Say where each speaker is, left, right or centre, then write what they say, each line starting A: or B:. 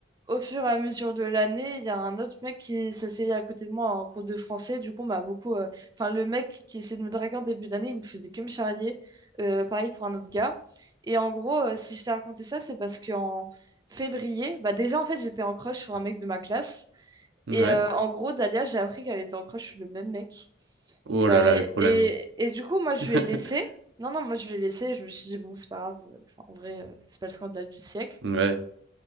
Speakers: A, on the right (about 20°); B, on the right (about 80°).
A: au fur et à mesure de l'année, il y a un autre mec qui s'essayait à côté de moi en cours de français. Du coup, on m'a beaucoup. euh, Enfin, le mec qui essayait de me draguer en début d'année, il me faisait que me charrier. Euh, pareil pour un autre gars. Et en gros, euh, si je t'ai raconté ça, c'est parce qu'en février, bah déjà, en fait, j'étais en crush sur un mec de ma classe.
B: Ouais.
A: Et euh, en gros, Dalia, j'ai appris qu'elle était en crush sur le même mec.
B: Oh là
A: Euh,
B: là les problèmes.
A: et, et du coup, moi, je
B: <laughs>
A: lui ai laissé. Non, non, moi, je lui ai laissé. Je me suis dit, bon, c'est pas grave. Enfin, en vrai, euh, c'est pas le scandale du siècle.
B: Ouais.